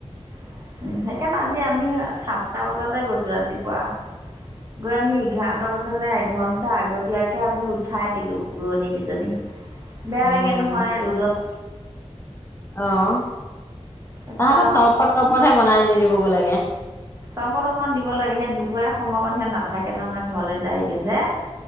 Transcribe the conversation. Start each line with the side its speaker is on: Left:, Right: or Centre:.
Right: উ সেইকাৰণে আজি আমি সাতটা বজাতে গৈছো ৰাতিপুৱা। গৈ আমি এঘাৰটা বজাত আচ এঘণ্টা আগতীয়াকৈ আমি উঠাই দিলোঁ, ৰোৱনীকেইজনী। বেয়া
Left: উম,
Right: লাগে নহয় ৰ'দত।
Left: অ'। তাহাঁতৰ
Right: তাৰপিছত আৰু
Left: চৰবত তৰবতহে বনাই দিলোঁ। <unintelligible> লাগে।
Right: চৰবত অকণ দিব লাগে, সেই দুপৰীয়া সময় অকণ সিহত নাথাকে নহয় ঘৰলে যায়গৈ যে।